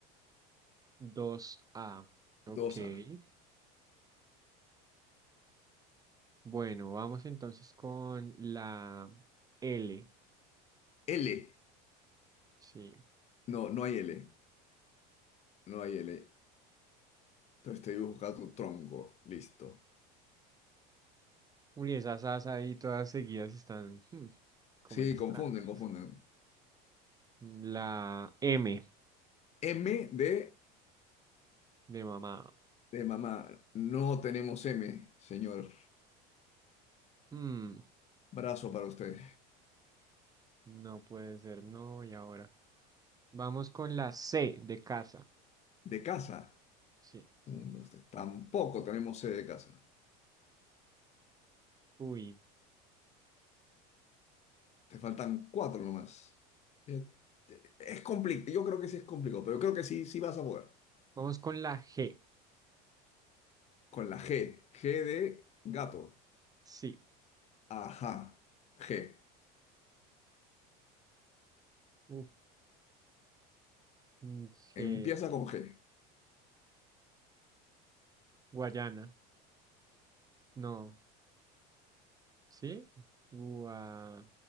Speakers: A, on the right (about 20°); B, on the left (about 35°).
A: 2A. Ok.
B: dos
A: Bueno, vamos entonces con la L.
B: L.
A: Sí.
B: No, no hay L. No hay L. Entonces estoy buscando tronco. Listo.
A: Uy, esas As ahí todas seguidas están hmm, como
B: Sí,
A: extrañas.
B: confunden, confunden.
A: La M
B: M de,
A: de mamá.
B: de mamá. No tenemos M, señor.
A: Hmm,
B: Brazo para usted.
A: no puede ser, no, y ahora. Vamos con la C de casa.
B: De casa.
A: Sí.
B: Uno, usted. Tampoco tenemos C de casa.
A: Uy.
B: Te faltan cuatro nomás. Eh, eh, Es complicado. Yo creo que sí es complicado, pero creo que sí, sí vas a poder.
A: Vamos con la G.
B: Con la G. G de gato.
A: Sí.
B: Ajá. G.
A: Uf, mm, G.
B: Empieza con G.
A: Guayana. No. ¿Sí? Gua...